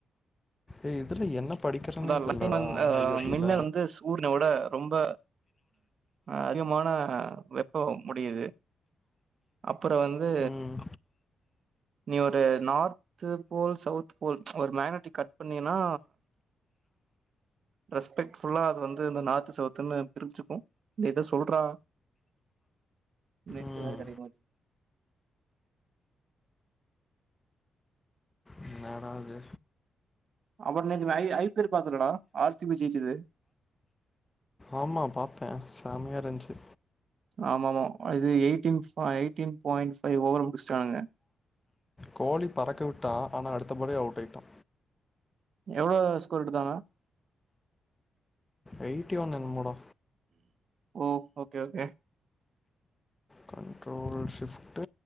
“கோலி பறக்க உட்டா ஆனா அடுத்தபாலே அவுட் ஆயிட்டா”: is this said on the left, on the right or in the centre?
Left